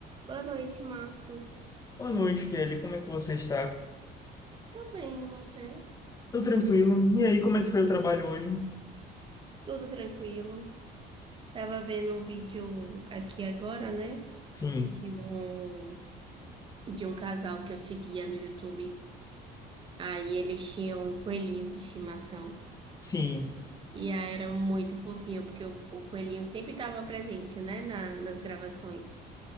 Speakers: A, on the right; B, on the left.
A: Boa noite, Marcos.
B: Boa noite, Kelly. Como é que você está?
A: Tô bem, e você?
B: Tô tranquilo. E aí, como é que foi o trabalho hoje?
A: Tudo tranquilo. Tava vendo um vídeo aqui agora, né?
B: Sim,
A: De um, de um casal que eu seguia no YouTube. Aí eles tinham o coelhinho de estimação.
B: sim.
A: E aí era muito fofinho, porque o, o coelhinho sempre estava presente, né? Na, nas gravações.